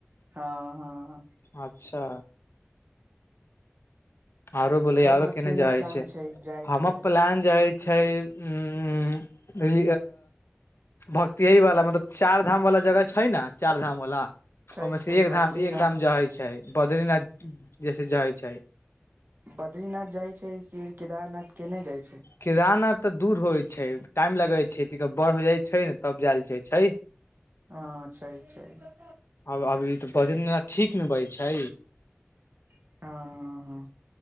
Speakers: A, on the right; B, on the left.
A: हँ हँ हँ
B: अच्छा। आरो बोलै,
A: तोहर
B: आरो केने जाइ
A: प्लान
B: छै,
A: जाय
B: हमर
A: के
B: प्लान जे अछि। छै उं हुं भक्तियवला मतलब चारि धामवला जगह छै ने चारि धामवला
A: छै
B: ओहिमे
A: छै
B: से एक
A: बद्रीनाथ
B: धाम एक धाम जाइ चाहै छै, बद्रीनाथ जैसे जाइ छै।
A: बद्रीनाथ जाय छैय कि केदारनाथ केने जाइ छैय।
B: केदारनाथ तऽ दूर होइ छैय टाइम लगै छै तनी बड़ हो जाइ छै ने तब जायल जाइ छैय।
A: अं छैय छैय।
B: आब अभी त भजन ठीक ने बजै छै
A: हँ हँ हँ